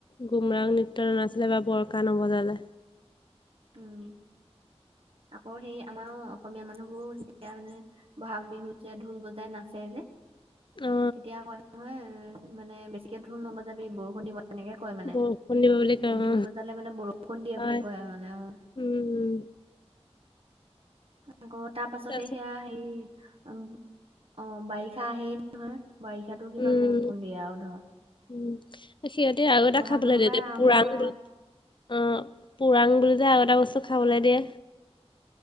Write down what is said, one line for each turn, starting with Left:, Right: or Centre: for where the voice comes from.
Left: গুমৰাং নৃত্য নাছিলে বা বৰ কাহ নবজালে।
Right: উম, আকৌ সেই আমাৰো অসমীয়া মানুহবোৰ যেতিয়া মানে বহাগ বিহুত যে ঢোল বজাই নাচে যে।
Left: অ
Right: তেতিয়া কয় নহয় মানে বেছিকে ঢোল নবজাবি বৰষুণ দিব তেনেকে কয় মানে
Left: বৰষুণ দিব বুলি কয়
Right: এ
Left: অ
Right: ঢোল বজালে মানে বৰষুণ দিয়ে
Left: হয়
Right: বুলি কয় আৰু মা নে অঁ।
Left: উম উম
Right: আকৌ তাৰপাছতে
Left: তাৰপিছত
Right: সেয়া হেৰি অ' বাৰিষা আহেই নহয়। বাৰিষাটো কিমান
Left: উম
Right: বৰষুণ দিয়ে আৰু ধৰ।
Left: উম সিহঁতে আৰু এটা
Right: বহাগ
Left: খাবলৈ
Right: মানৰ
Left: দিয়ে
Right: পৰাই আৰম্ভ
Left: পুৰাং
Right: হয়
Left: বুলি
Right: আৰু
Left: অঁ পুৰাং বুলি যে আৰু এটা বস্তু খাবলৈ দিয়ে।